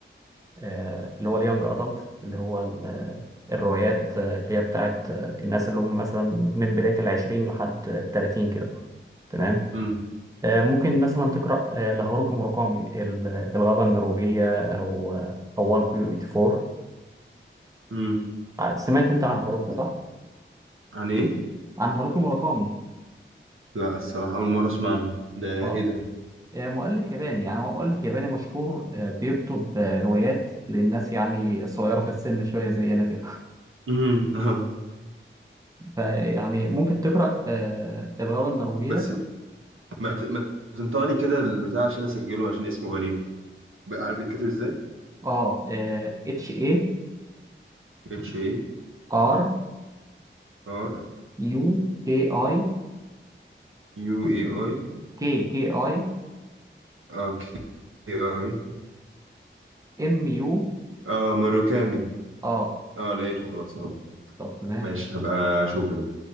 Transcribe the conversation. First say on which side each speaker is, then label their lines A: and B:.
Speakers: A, on the right; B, on the right.
A: آه، اللي هو اليانج ادلت اللي هو ال- الروايات آه، اللي هي بتاعت آه، الناس اللي هم مثلا من بداية العشرين لحد التلاتين كده تمام
B: امم
A: آه، ممكن مثلا تقرأ آه، لهاروكي موراكامي ال- الغابة النرويجية أو آه، أو 1 كيو 84
B: امم
A: آه، سمعت أنت عن هاروكي صح؟
B: عن ايه
A: عن هاروكي موراكامي
B: لا الصراحة أول مرة أسمع عنها ده
A: اه
B: ايه ده
A: آه، مؤلف ياباني يعني هو مؤلف ياباني مشهور آه، بيكتب آه، روايات للناس يعني الصغيرة في السن شوية زينا كده
B: امم اه
A: فيعني ممكن تقرأ آه، الغابة النرويجية
B: <laughs> بس ما ت... ما تنطقلي كده البتاع عشان أسجله عشان اسمه غريب بقى عارف بيتكتب ازاي
A: اه اتش اي
B: اتش اي
A: ار
B: ار
A: يو كي اي
B: يو اي اي
A: كي كي اي
B: اه كي اي
A: ام يو
B: اه مروكامي
A: اه
B: اه لقيته خلاص اهو
A: طب تمام
B: ماشي هبقى اشوفه ده